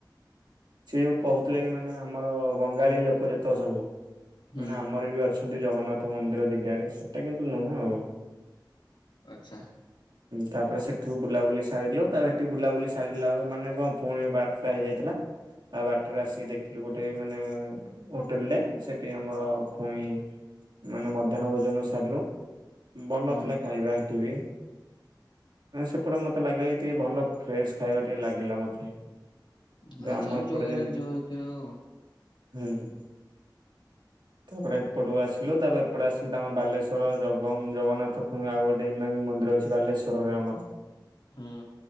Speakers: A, on the right; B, on the left.
A: ସେ ଯଉ କହୁଥିଲେ କି ମାନେ ଆମର ବଙ୍ଗାଳୀ ଲୋକ ଯେତକ ସବୁ
B: ହୁଁ
A: ମାନେ ଆମର ବି ଅଛନ୍ତି ଜଗନ୍ନାଥ ମନ୍ଦିର ଦିଘାରେ ସେଟା କିନ୍ତୁ ନୁହୁଁ ଆଉ।
B: ଆଚ୍ଛା।
A: ତାପରେ ସେଠୁ ବୁଲାବୁଲି ସାରିଲୁ ତା ଏଠି ବୁଲାବୁଲି ସାରିଲା ଆଉ ମାନେ କଣ ପୁଣି ବାରଟା ହେଇଯାଇଥିଲା। ତା ବାଟରେ ଆସି ଦେଖିଲୁ ଗୋଟେ ମାନେ- ହୋଟେଲରେ ସେଠି ଆମର ପୁଣି ମାନେ ମଧ୍ୟାହ୍ନ ଭୋଜନ ସାରିଲୁ। ଭଲ
B: ହୁଁ
A: ଥିଲା ଖାଇବା ସେଠି ବି ସେପଟେ ମତେ ଲାଗିଲା କି ଟିକେ ଭଲ ଫ୍ରେଶ୍- ଖାଇବା ଟିକେ ଲାଗିଲା ମତେ। କିନ୍ତୁ
B: ନା
A: ଆମ
B: ସେ
A: ଏପଟେ
B: ଯୋଉ ଏରିଆରେ
A: ଯେମିତି
B: ଯୋଉ ଥିବ ଆଉ।
A: ହୁଁ ତାପରେ ଏପଟକୁ ଆସିଲୁ ତାପରେ ଏପଟେ ଆସିଲି ତାଙ୍କ ବାଲେଶ୍ଵର, ଜ ଏବଂ ଜଗନ୍ନାଥ ଆଉ ଗୋଟେ ଇମାମି ମନ୍ଦିର ଅଛି ବାଲେଶ୍ୱରରେ ଆମର।
B: ହୁଁ।